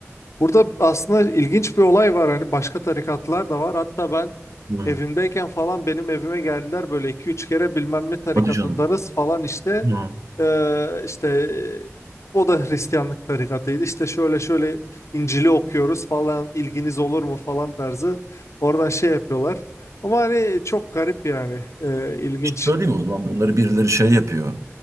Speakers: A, on the left; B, on the right.
A: Burada aslında ilginç bir olay var hani başka tarikatlar da var. Hatta ben
B: Hı.
A: evimdeyken falan benim evime geldiler böyle iki üç kere bilmem ne tarikatındanız
B: Hadi canım.
A: falan işte.
B: Hı.
A: Eee, işte eee, o da Hristiyanlık tarikatıydı. İşte şöyle şöyle İncil'i okuyoruz falan ilginiz olur mu falan tarzı. Oradan şey yapıyorlar. Ama hani çok garip yani Eee, ilginç.
B: İşte söyleyeyim o zaman bunları birileri şey yapıyor.